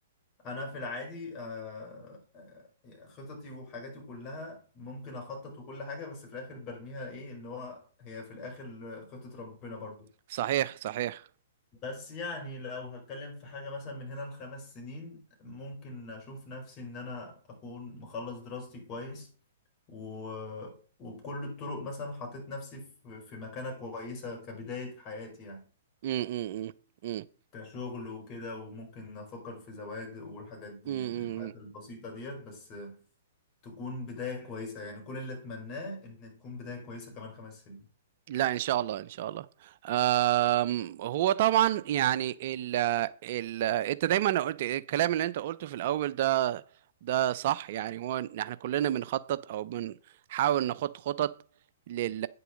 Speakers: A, on the left; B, on the right.
A: انا في العادي آه، آه، خططي وحاجاتي كلها ممكن اخطط وكل حاجة بس في الاخر برميها ايه اللي هو هي في الاخر خطة ربنا برضو
B: صحيح صحيح
A: بس يعني لو هتكلم في حاجة مثلا من هنا لخمس سنين ممكن أشوف نفسي إن أنا أكون مخلص دراستي كويس و... وبكل الطرق مثلا حطيت نفسي في في مكانة كويسة كبداية حياتي يعني
B: م -م -م. م
A: كشغل وكده وممكن أفكر في زواج والحاجات دي
B: -م -م.
A: يعني الحاجات البسيطة ديت بس تكون بداية كويسة يعني كل اللي أتمناه إن تكون بداية كويسة كمان خمس
B: لا ان شاء الله ان شاء الله أم هو طبعا يعني ال ال انت دايما قلت الكلام اللي انت قلته في الاول ده ده صح يعني هو إن احنا كلنا بنخطط او بنحاول نخط خطط لل